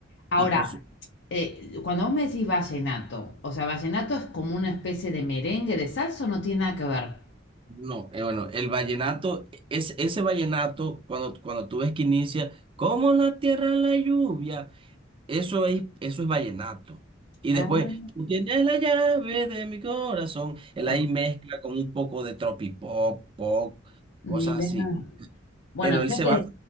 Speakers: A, on the left; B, on the right.
A: Ahora,
B: Y por su...
A: eh, cuando vos me decís vallenato, o sea, vallenato es como una especie de merengue de salsa o no tiene nada que ver.
B: No, eh, bueno, el vallenato, es, ese vallenato, cuando, cuando tú ves que inicia, como la tierra la lluvia, eso es, eso es vallenato. Y
A: Ah,
B: después, tú tienes la llave de mi corazón, él
A: pa-
B: ahí mezcla con un poco de tropipop, pop,
A: mirá.
B: cosas así.
A: Bueno,
B: Pero él
A: yo
B: se
A: de,
B: va...